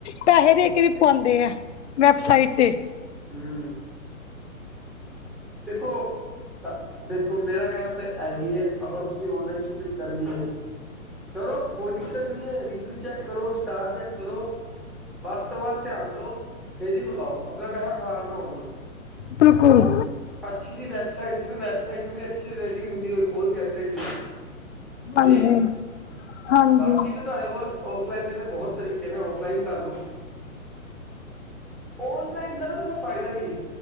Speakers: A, on the left (about 55°); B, in the centre.
A: ਪੈਸੇ ਦੇ ਕੇ ਵੀ ਪਵਾਉਂਦੇ ਆ, ਵੈਬਸਾਈਟ ਤੇ।
B: ਹਮ। ਦੇਖੋ ਅ 'ਚ। <unintelligible> ਦੇਖੋ ਮੇਰਾ ਕਹਿਣਾ ਤਾਂ ਇਹੀ ਹੀ ਹੈ, ਅਗਰ ਤੁਸੀਂ ਔਨਲਾਈਨ ਸ਼ੋਪਿੰਗ ਕਰਨੀ ਹੈ। ਕਰੋ, ਕੋਈ ਦਿੱਕਤ ਨਹੀਂ ਹੈ ਰਿਵਿਊ ਚੈੱਕ ਕਰੋ, ਸਟਾਰ ਚੈੱਕ ਕਰੋ। ਵੱਧ ਤੋਂ ਵੱਧ ਧਿਆਨ ਦੋ, ਫੇਰ ਹੀ ਮੰਗਾਓ, ਆਪਣਾ ਪੈਸਾ ਖ਼ਰਾਬ ਨਾ ਹੋਣ ਦੋ।
A: ਬਿਲਕੁਲ।
B: ਸ੍ਰੀ ਵੈਬਸਾਈਟ ਜਿਹੂੰ ਵੈਬਸਾਈਟ ਨੂੰ ਵੀ ਅੱਛੀ ਰੇਟਿੰਗ ਹੁੰਦੀ ਹੋਏ, ਉਹੀ ਵੈਬਸਾਈਟ
A: ਹਾਂਜੀ
B: ਠੀਕ,
A: ਹਾਂਜੀ
B: ਬਾਕੀ ਤਾਂ- ਤੁਹਾਡੇ ਕੋਲ ਔਫਲਾਈਨ ਦੇ ਤਾਂ ਬਹੁਤ ਤਰੀਕੇ ਨੇ, ਔਫਲਾਈਨ ਕਰ ਲੋ- ਔਨਲਾਈਨ ਦਾ ਨਾ ਥੋੜ੍ਹਾ ਫਾਇਦਾ ਵੀ ਹੈ।